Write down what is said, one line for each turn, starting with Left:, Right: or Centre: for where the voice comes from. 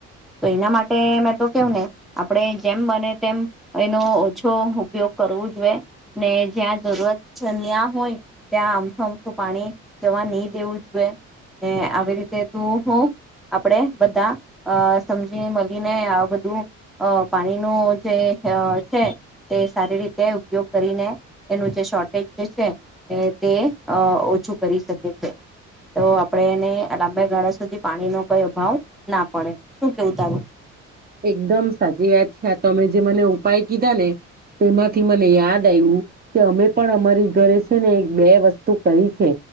Centre: તો એના માટે મેં તો કેવું ને આપણે જેમ બને તેમ એનો ઓછો ઉપયોગ કરવો જોઈએ ને જ્યાં જરૂરત ન્યા હોય ત્યાં અમથું અમથું પાણી જવા નહી દેવું જોઈએ ને આવી રીતે તોહ આપણેે બધા અ સમજી મળીને આ બધું અ પાણીનું જે છે તે સારી રીતે ઉપયોગ કરીને એનું જે શોર્ટેજ જે છે તે અ ઓછું કરી શકે છે. તો આપણે એને લાંબા ગાળા સુધી પાણી નો કોઈ અભાવ ના પડે. શું કેવું તારું?
Right: એકદમ સાચી વાત છે. આ તમે જે મને ઉપાય કીધા ને તેમાંથી મને યાદ આવ્યું કે અમે પણ અમારી ઘરે છે ને એક બે વસ્તુ કરી છે